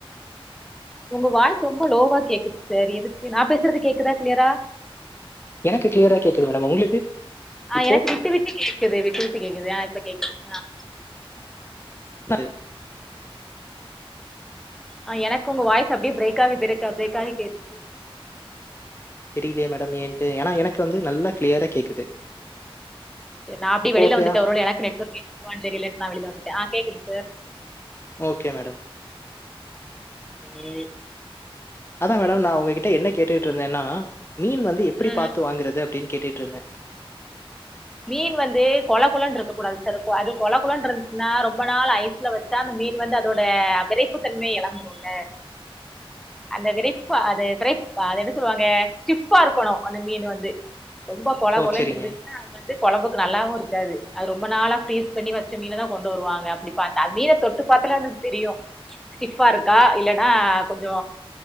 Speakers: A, in the centre; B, on the left (about 25°).
A: உங்க வாய்ஸ் ரொம்ப லோவா கேக்குது சார் எதுக்கு நா பேசுறது கேக்குதா கிளியரா
B: எனக்கு கிளியரா கேக்குது மேடம் உங்களுக்கு
A: ஆ
B: இப்போ
A: எனக்கு விட்டு விட்டு கேக்குது விட்டு விட்டு கேக்குது ஆ இப்ப கேக் குது ஆ
B: <unintelligible>
A: ஆ எனக்கு உங்க வாய்ஸ் அப்டியே பிரேக் ஆகி ப்ரேக்கா பிரேக் ஆகி கேட்டுச்சு
B: தெரிலையே மேடம் ஏன்ட்டு ஏனா எனக்கு வந்து நல்லா க்ளியரா கேக்குது
A: நா அப்டியே
B: இப்போ
A: வெளில
B: ஓகேயா
A: வந்துட்டே ஒரு வேல எனக்கு நெட்ஒர்க் இஷ்யூவான் தெரிலன் நா வெளில வந்துட்டெ ஆ கேக்குது சார்
B: ஓகே மேடம்
A: ஏ
B: அதா மேடம் நா உங்ககிட்ட என்ன கேட்டுட் இருந்தேன்னா மீன் வந்து எப்பிடி
A: ம்
B: பாத்து
A: ம்
B: வாங்குறது அப்டின் கேட்டுட்ருந்தே
A: மீன் வந்து கொலகொலன்ருக்க கூடாது சார் அது கொல கொலன்ருன்ச்சுனா ரொம்ப நாள் ஐஸ்ல வச்சா அந்த மீன் வந்து அதோட விரைப்புத்தன்மைய எழந்துருல்ல அந்த விரைப்பு அது விரைப் அது என்ன சொல்லுவாங்க ஸ்டிஃப்பா இருக்கணு அந்த மீன் வந்து ரொம்பா கொழ
B: ஓ
A: கொழன்ட்ருந்துச்சுனா
B: சரிங்க
A: கொழம்புக்கு நல்லாவு இருக்காது அது ரொம்ப நாளா ஃப்ரீஸ் பண்ணி வச்ச மீனதா கொண்டு வருவாங்க அப்பிடி பாத்தா மீன தொட்டு பாத்தாலெ நமளுக் தெரியு ஸ்டிஃபா இருக்கா இல்லன்னா கொஞ்சொ